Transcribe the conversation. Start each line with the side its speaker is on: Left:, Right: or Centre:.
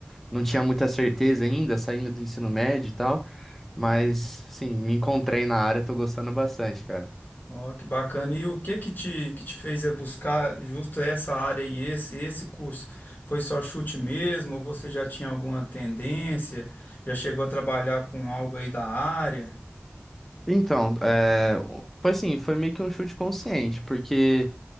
Centre: Não tinha muita certeza ainda, saindo do ensino médio e tal, mas, sim, me encontrei na área, tô gostando bastante, cara.
Left: Ó, que bacana. E o que que te, que te fez é buscar justo essa área e esse esse curso? Foi só chute mesmo? Ou você já tinha alguma tendência? Já chegou a trabalhar com algo aí da área?
Centre: Então, é, foi assim, foi meio que um chute consciente, porque